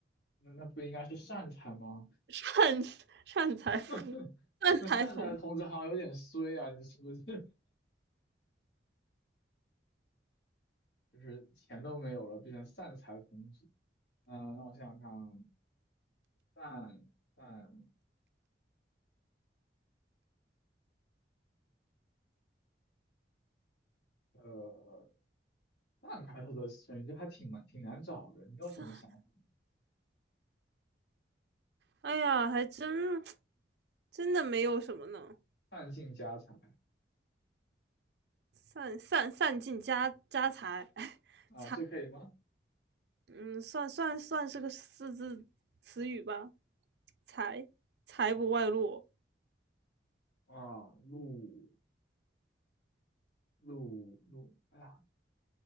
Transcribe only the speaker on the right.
散散财童，
善财童
子。哎呀，还真真的没有什么呢，
散散散尽家家财，<laughs>
嗯，算算算是个四字词语吧，财财不外露